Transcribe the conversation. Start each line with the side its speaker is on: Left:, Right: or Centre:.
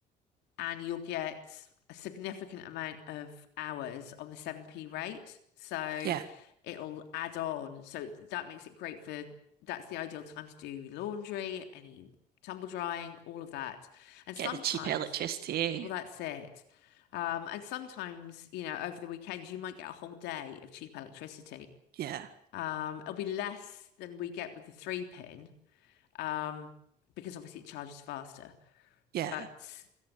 Left: and you'll get a significant amount of hours on the 7p rate. So
Right: yeah.
Left: it'll add on. So that makes it great for that's the ideal time to do laundry, any tumble drying, all of that. And
Right: Get
Left: sometimes,
Right: the cheap electricity, eh?
Left: well, that's it. Um, and sometimes, you know, over the weekends, you might get a whole day of cheap electricity.
Right: Yeah,
Left: Um, it'll be less than we get with the three pin, um, because obviously it charges faster.
Right: yeah.
Left: But